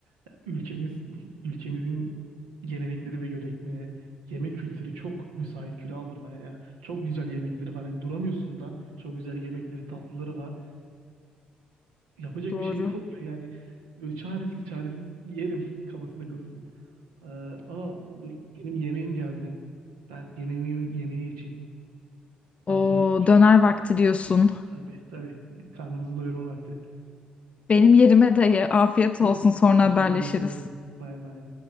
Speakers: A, on the right; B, on the left.
A: ya ülkemiz <laughs> ülkemizin gelenekleri ve görenekleri yemek kültürü çok müsait kilo aldırmaya ya. Çok güzel yemekleri var. Hani duramıyorsun da çok güzel yemekleri, tatlıları var. Yapacak
B: Doğru.
A: bir şeyin olmuyor <laughs> yani. Böyle çaresiz çaresiz yerim kafasında kalırsın. Ee, aa dur benim yemeğim geldi. Ben yemeğimi yeme- yemeğe geçeyim.
B: O
A: Daha sonra konuşuruz.
B: döner vakti diyorsun.
A: Tabii tabii. Karnımızı doyurma vakti.
B: Benim yerime dayı. Afiyet
A: <laughs>
B: olsun. Sonra
A: Teşekkür
B: haberleşiriz.
A: ederim. Bay bay.